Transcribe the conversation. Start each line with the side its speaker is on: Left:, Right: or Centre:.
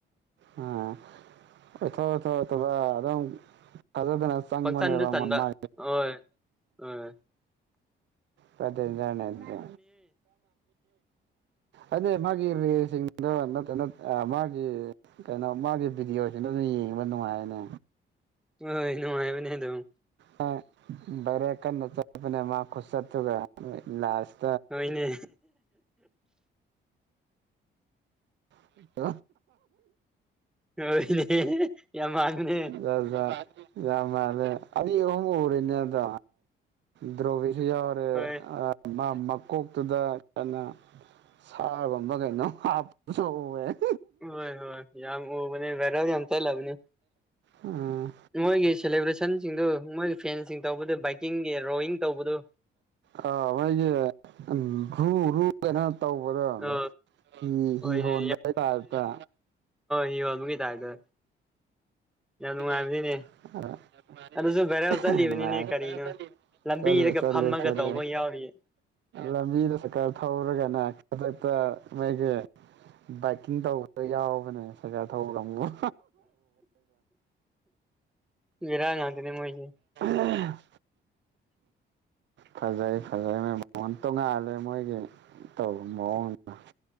Right: ꯎꯝ ꯑꯣꯊꯣꯊꯇ ꯑꯗꯨꯝ ꯈꯖꯔꯗꯅ ꯆꯥꯡꯕꯅꯦꯕ
Centre: ꯄꯪꯆꯟꯗ ꯆꯟꯕ
Right: ꯃꯥ
Centre: ꯍꯣꯏ ꯍꯣꯏ
Right: ꯄꯗꯖꯅꯦꯗ
Centre: ꯅꯤ
Right: ꯑꯗꯩꯩ ꯃꯥꯒꯤ ꯔꯤꯜꯁꯤꯡꯗꯣ ꯅꯠꯇꯅ ꯃꯥꯒꯤ ꯀꯩꯅꯣ ꯃꯥꯒꯤ ꯚꯤꯗꯤꯑꯣꯅ ꯌꯦꯡꯕ ꯅꯨꯡꯉꯥꯏꯔꯅꯦ
Centre: ꯍꯣꯏꯣꯏ ꯅꯨꯡꯉꯥꯏꯕꯅꯦ ꯑꯗꯨꯝ꯫
Right: ꯔꯦ ꯕꯥꯏꯔꯦꯜ ꯀꯟꯅ ꯆꯇꯄꯅꯦ ꯃꯥ ꯈꯨꯆꯇꯨꯒ ꯂꯥꯁ
Centre: ꯍꯣꯏ ꯅꯦ
Right: <unintelligible>
Centre: ꯍꯣꯏꯅꯦ ꯌꯥꯝ ꯃꯥꯟꯕꯅꯦ
Right: ꯌꯥ ꯌꯥꯦ <unintelligible> <inaudible> ꯍꯨꯝ ꯎꯔꯤꯅꯦꯗ ꯗ꯭ꯔꯣꯕꯤꯁꯨ ꯌꯥꯎꯔꯦ
Centre: ꯍꯣꯏ
Right: ꯃꯀꯣꯛꯇꯨꯗ ꯀꯩꯅ ꯁꯥꯒꯨꯝꯕ ꯀꯩꯅꯣ ꯍꯥꯞꯄꯁꯨ ꯎꯑꯦ
Centre: ꯍꯣꯏ ꯍꯣꯏ ꯌꯥꯝ ꯃꯨꯔꯕꯅꯦ ꯚꯥꯏꯔꯦꯜ ꯌꯥꯝ ꯆꯂꯕꯅꯤ
Right: ꯎꯝ
Centre: ꯃꯣꯏꯒꯤ ꯁꯦꯂꯦꯕ꯭ꯔꯦꯁꯟꯁꯤꯡꯗꯨ ꯃꯣꯏꯒꯤ ꯐ꯭ꯔꯦꯟꯁꯤꯡ ꯇꯧꯕꯗꯨ ꯕꯥꯏꯛꯀꯤꯡꯒꯤ ꯔꯣꯋꯤꯡ ꯇꯧꯕꯗꯨ
Right: ꯑ ꯃꯣꯏꯒꯤ ꯔꯨ ꯔꯨ ꯀꯩꯅꯣ ꯇꯧꯕꯗꯣ
Centre: ꯑ
Right: ꯍꯤ
Centre: ꯍꯣꯏꯅꯦ
Right: ꯍꯤ ꯍꯣꯟꯕ ꯇꯥꯏꯞꯇ
Centre: ꯍꯤ ꯍꯣꯟꯕꯒꯤ ꯇꯥꯏꯞꯇ
Right: <unintelligible> <inaudible>
Centre: ꯌꯥꯝ ꯅꯨꯡꯉꯥꯏꯕꯅꯤꯅꯦ
Right: ꯆꯠꯂꯦ
Centre: ꯑꯗꯨꯁꯨ ꯚꯥꯏꯔꯦꯜ ꯆꯠꯂꯤꯕꯅꯤꯅꯦ ꯀꯔꯤꯅꯣ ꯂꯝꯕꯤꯗꯒ ꯐꯝꯃꯒ
Right: ꯆꯂꯦ
Centre: ꯇꯧꯕ ꯌꯥꯎꯔꯤ
Right: ꯂꯝꯕꯤꯗ ꯁꯀꯔ ꯊꯧꯔꯒꯅ ꯈꯨꯗꯛꯇ ꯃꯣꯏꯒꯤ ꯕꯥꯏꯛꯀꯤꯡ ꯇꯧꯕꯗ ꯌꯥꯎꯕꯅꯦ ꯄꯩꯁꯥ ꯊꯧꯕꯒ ꯀꯥꯡꯒꯨ
Centre: ꯏꯔꯥꯡ ꯉꯥꯛꯇꯅꯤ ꯃꯣꯏꯁꯤ
Right: ꯑꯍꯥ ꯐꯖꯩ ꯐꯖꯩ ꯃ ꯃꯣꯟ ꯇꯣꯡꯉꯥꯜꯂꯦ ꯃꯣꯏꯒꯤ ꯇ ꯃꯑꯣꯡꯗꯣ